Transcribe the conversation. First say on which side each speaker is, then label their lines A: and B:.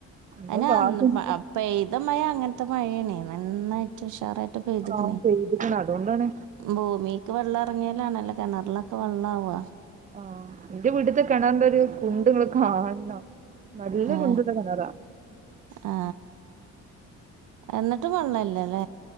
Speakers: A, on the right (about 25°); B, on the right (about 80°).
A: എന്തോ
B: അയിന്
A: ഭാഗ്യം
B: അന്ന് പെയ്ത മഴ അങ്ങനത്തെ നത്തെ മഴ ആണെ നന്നായിട്ട് ഉഷാറായിട്ട് ടെ പെയ്ത്ക്ണെ
A: ആ പെയ്ത്ക്ക്ണ് അതോണ്ടാണ്
B: ഭൂമിക്ക് വെള്ളം എർങ്ങിയാലാണല്ലോ കെണർല വെള്ളാവ
A: ആഹ് ഇന്റെ വീട്ട്ത്തെ കെണറിന്റെ ഒരു കുണ്ട് ങ്ങള് കാണം നല്ല
B: ഏ,
A: കുണ്ട്ള്ള കെണറാ
B: ആ എന്നിട്ടും വെള്ളല്ലല്ലേ?